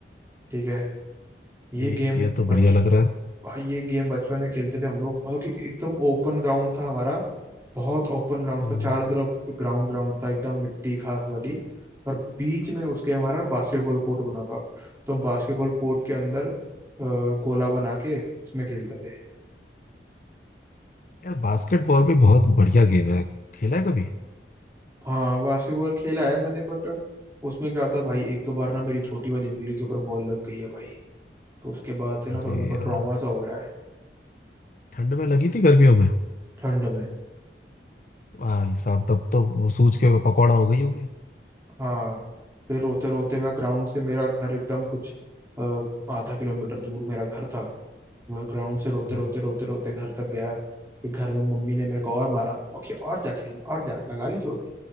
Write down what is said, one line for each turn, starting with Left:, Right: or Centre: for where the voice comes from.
Right: ठीक है ये
Left: ये
Right: गेम
Left: ये तो
Right: बच
Left: बढ़िया लग रहा है
Right: भाई ये गेम बचपन में खेलते थे हम लोग मतलब कि एकदम ओपन ग्राउंड था हमारा बहुत ओपन ग्राउंड
Left: हम्म,
Right: था चारों तरफ ग्राउंड ग्राउंड था एकदम मिट्टी घास वाली और बीच में उसके हमारा बास्केटबॉल कोर्ट बना था तो हम बास्केटबॉल कोर्ट के अंदर अ, गोला बना के उसमें खेलते थे
Left: यार बास्केटबॉल भी बहुत बढ़िया गेम है खेला है कभी
Right: हाँ बास्केटबॉल खेला है मैंने बट उसमें क्या था भाई एक दो बार ना मेरी छोटी वाली उंगली के ऊपर बॉल लग गई है भाई तो उसके बाद से ना
Left: अरे
Right: थोड़ा मेरे को
Left: यार
Right: ट्रॉमा सा हो गया है
Left: ठंड में लगी थी गर्मियों में
Right: ठंड में
Left: भाई साहब तब तो वो सूज के पकौड़ा हो गई होगी
Right: हाँ फिर रोते रोते मैं ग्राउंड से मेरा घर एकदम कुछ अ, आधा किलोमीटर दूर मेरा घर था मैं ग्राउंड से रोते
Left: हाँ।
Right: रोते रोते रोते घर तक गया फिर घर में मम्मी ने मेरे को और मारा ओके और जा खेलने और जा लगा ली चोट